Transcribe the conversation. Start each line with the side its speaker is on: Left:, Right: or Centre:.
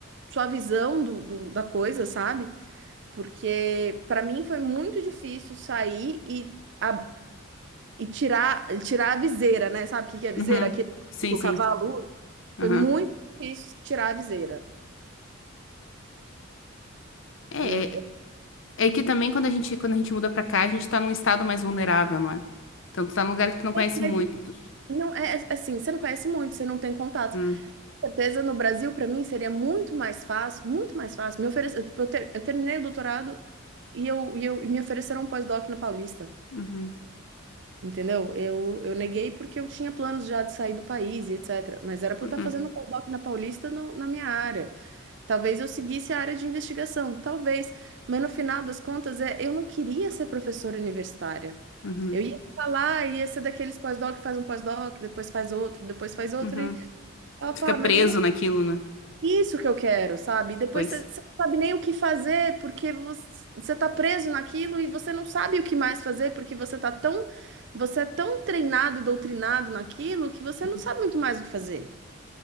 Right: sua visão do, do- da coisa, sabe? porque para mim foi muito difícil sair e, a- e tirar, tirar a viseira, né? Sabe o que que é viseira?
Left: uhum.
Right: Aquele que
Left: Sim,
Right: o
Left: sim.
Right: cavalo usa.
Left: Uhum.
Right: Foi muito difícil tirar a viseira.
Left: É,
Right: E eu,
Left: é, É que também quando a gente, quando a gente muda pra cá, a gente tá num estado mais vulnerável, não é? Então tu tá num lugar que tu não conhece
Right: mas
Left: muito.
Right: não é é, assim, você não conhece muito, você não tem contato.
Left: Hum,
Right: Com certeza no Brasil para mim seria muito mais fácil, muito mais fácil. Me oferece, eu, tipo, eu ter- eu terminei o doutorado e eu, e eu e me ofereceram um pós-doc na Paulista.
Left: uhum,
Right: Entendeu? Eu, eu neguei porque eu tinha planos já de sair do país e etc. Mas era para
Left: uhum,
Right: eu estar fazendo pós-doc na Paulista no- na minha área. Talvez eu seguisse a área de investigação, talvez. Mas no final das contas, é, eu não queria ser professora universitária.
Left: uhum,
Right: Eu ia ficar lá, ia ser daqueles pós-doc, faz um pós-doc, depois faz outro, depois faz outro.
Left: uhum.
Right: E, opa,
Left: Tu fica preso
Right: mas
Left: naquilo, né?
Right: isso que eu quero, sabe? E Depois
Left: Pois.
Right: você você não sabe nem o que fazer, porque você, você tá preso naquilo e você não sabe o que mais fazer, porque você tá tão, você é tão treinado e doutrinado naquilo que você
Left: Uhum.
Right: não sabe muito mais o que fazer,